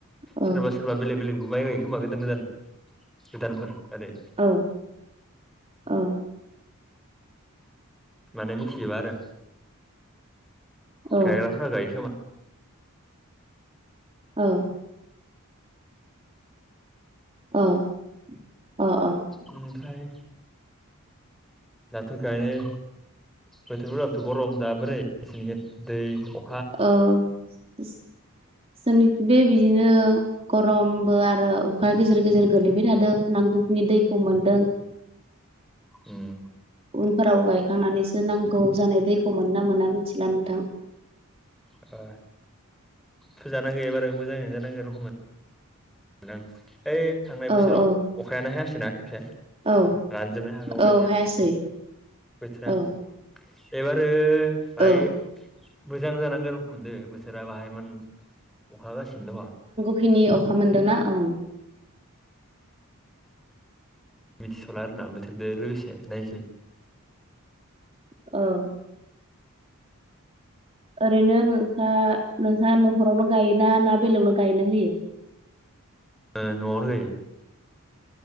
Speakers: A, on the right; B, in the centre.
A: औ
B: सोरबा सोरबा बेलेग बेलेगबो माय गायो खोमा गोदान गोदानफोर ओरै
A: औ-औ
B: माने मिथिजोबा आरो
A: औ
B: गायग्राफोरा गायोखो
A: औ अ-अ-अ
B: ओमफ्राय दाथ' गायनाय बोथोरफोराबोथ' गरम दा बोरै एसेनिखौ दै अ
A: अ जों बे बिदिनो गरमबो आरो अखा गेजेर गेजेर गोलैबाय थादों नांगौ गुखनि दैखौ मोनदों
B: उम
A: उनफोराव गायखांनानैसो नांगौ जानाय दैखौ मोनो ना मोना मिथिला नोंथां
B: अ फोजानांगो एबार मोजाङैनो जानांगो रखम ओइ थांनाय बोसोराव
A: औ औ
B: अखायानो हायासै ना खेबसे
A: औ
B: रानजोबनाय हा गावलायनाया
A: औ हायासै
B: बोथोरा
A: औ
B: एबारो बाय
A: औ
B: मोजां जानांगो रखम मोनदो बोथोरा बाहाया इमान अखा हागासिनो दङ
A: फिनि अखा मोनदोंना औ
B: मिथिस'ला आरोना बोथोरजों लोगोसे नायनोसै
A: औ ओरैनो नोंसा नोंस्रा न'खरावनो गायोना ना बेलेगनाव गायनो होयो
B: ओ न 'आवनो गायो